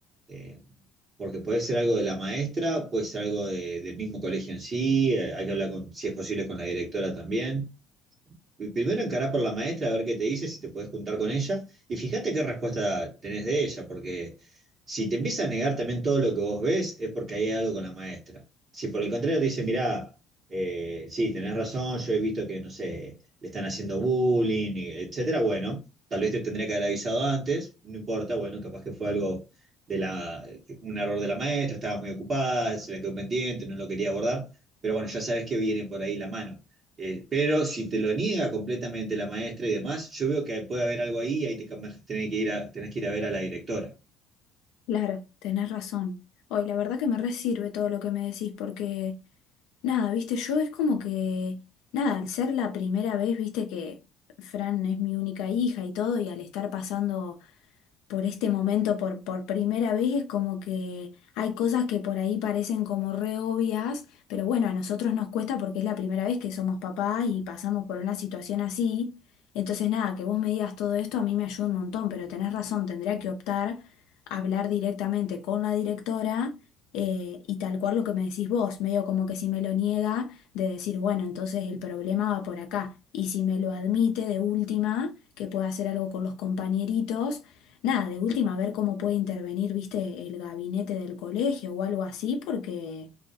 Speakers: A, on the right; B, on the left.
A: eh, porque puede ser algo de la maestra, puede ser algo de- del mismo colegio en sí, eh, hay que hablar con, si es posible, con la directora también. Primero encará por la maestra a ver qué te dice, si te puedes juntar con ella, y fíjate qué respuesta tenés de ella, porque si te empieza a negar también todo lo que vos ves, es porque hay algo con la maestra. Si por el contrario te dice, mirá, eh, sí, tenés razón, yo he visto que, no sé, le están haciendo bullying, y etcétera, bueno, tal vez te tendría que haber avisado antes, no importa, bueno, capaz que fue algo de la, un error de la maestra, estaba muy ocupada, se la quedó pendiente, no lo quería abordar, pero bueno, ya sabes que viene por ahí la mano. Eh, pero si te lo niega completamente la maestra y demás, yo veo que puede haber algo ahí y ahí te cam- tenés que ir a, tenés que ir a ver a la directora.
B: Claro, tenés razón. Hoy, la verdad que me resirve todo lo que me decís porque, nada, viste, yo es como que, nada, al ser la primera vez, viste que Fran es mi única hija y todo, y al estar pasando por este momento, por, por primera vez, es como que hay cosas que por ahí parecen como re obvias, pero bueno, a nosotros nos cuesta porque es la primera vez que somos papás y pasamos por una situación así. Entonces, nada, que vos me digas todo esto a mí me ayuda un montón, pero tenés razón, tendría que optar a hablar directamente con la directora. eh, y tal cual lo que me decís vos, medio como que si me lo niega, de decir, bueno, entonces el problema va por acá. Y si me lo admite de última, que pueda hacer algo con los compañeritos Nada, de última, ver cómo puede intervenir, viste, el gabinete del colegio o algo así, porque